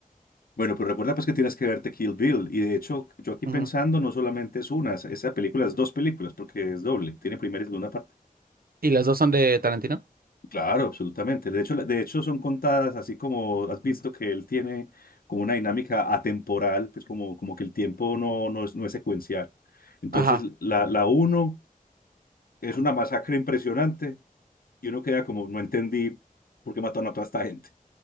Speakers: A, on the left; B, on the right.
A: Bueno, pero recuerda pues que tienes que verte Kill Bill. Y de hecho, yo
B: <laughs>
A: aquí pensando,
B: Ujú.
A: no solamente es una, es- esa película es dos películas, porque es doble, tiene primera y segunda parte.
B: ¿Y las dos son de Tarantino?
A: Claro, absolutamente. De hecho, la- de hecho son contadas así como has visto que él tiene como una dinámica atemporal, pues como, como que el tiempo no, no es, no es secuencial. Entonces,
B: Ajá.
A: la, la uno es una masacre impresionante y uno queda como, no entendí por qué mataron a toda esta gente.